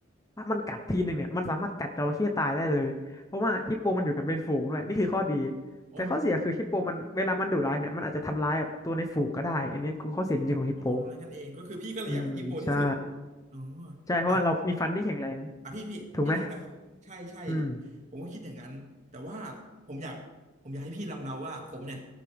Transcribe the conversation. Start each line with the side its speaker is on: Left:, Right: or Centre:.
Left: ถ้ามันกัดทีหนึ่งเนี่ยมันสามารถกัดจระเข้ตายได้เลยเพราะว่าฮิปโปมันอยู่กันเป็นฝูงด้วยนี่คือข้อดี
Right: อ๋อ
Left: แต่ข้อเสียคือฮิปโปมันเวลามันดุร้ายเนี่ยมันอาจจะทำร้ายแบบตัวในฝูงก็ได้อันนี้คือข้อเสียจริงๆของฮิปโป
Right: อ๋อทำร้ายกันเองก็คือพี่ก็เลยอยากเป็นฮิปโปที่สุด
Left: อืมใช่
Right: อ๋อ
Left: ใช่เพราะว่าเรามีฟันที่แข็งแรง
Right: อ่ะอ่ะพี่พี่พี่ลองเดาใช่ใช่
Left: ถูกไหมอืม
Right: ผมก็คิดอย่างนั้นแต่ว่าผมอยากผมอยากให้พี่ลองเดาว่าผมเนี่ย